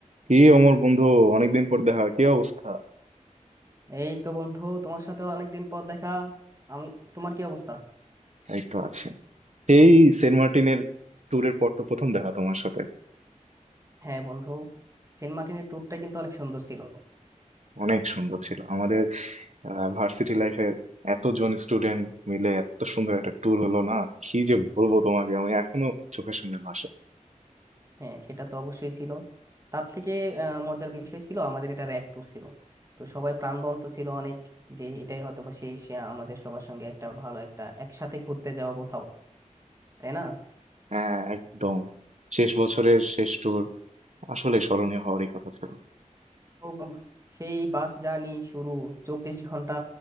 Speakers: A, on the right; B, on the right.
A: কি অমর বন্ধু অনেকদিন পর দেখা কি অবস্থা
B: এই তো বন্ধু তোমার সাথে অনেকদিন পর দেখা আমি তোমার কি অবস্থা
A: এই তো আছে সেই সেন্ট মার্টিনের ট্যুরের পর তো প্রথম দেখা তোমার সাথে
B: হ্যাঁ বন্ধু সেন্ট মার্টিনের ট্যুরটা কিন্তু অনেক সুন্দর ছিল
A: অনেক সুন্দর ছিল আমাদের ভার্সিটি লাইফের এতজন স্টুডেন্ট মিলে এত সুন্দর একটা ট্যুর হলো না কি যে বলবো তোমাকে আমি এখনো চোখের সামনে ভাসে
B: হ্যাঁ সেটা তো অবশ্যই ছিল তার থেকে আহ, মজার বিষয় ছিল আমাদের এটা এক ট্যুর ছিল তো সবাই প্রাণবন্ত ছিল অনেক যে এটাই হয়তো বা শেষ আহ, আমাদের সবার সঙ্গে একটা ভালো একটা একসাথে ঘুরতে যাওয়া কোথাও তাই না
A: হ্যাঁ একদম শেষ বছরের শেষ ট্যুর আসলে স্মরণীয় হওয়ারই কথা ছিল
B: তো উম, সেই বাস জার্নি শুরু চব্বিশ ঘন্টা